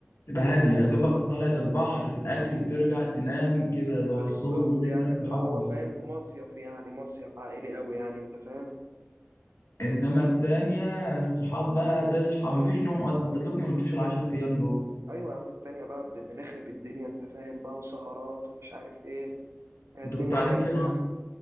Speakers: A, on the left (about 80°); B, on the right (about 85°).
A: تبقى هاديه يا دوبك طلعت البحر الاكل ترجع تنام كده لو
B: بالظبط
A: هيخرجوا بالليل
B: يعني
A: تاكل
B: اللي هو
A: حاجه بسيطه
B: فاهم مصيف يعني مصيف عائلي قوي يعني انت فاهم
A: انما التانية الصحاب بقى تصحى مفيش نوم اصلا انت تلاقيكم ما نمتوش العشر ايام دول
B: ايوه يا عم التانية بقى ب- بنخرب الدنيا انت فاهم بقى وسهرات ومش عارف ايه آه، الدنيا
A: انتوا كنتوا قاعدين
B: حلوة
A: فين اصلا
B: يعني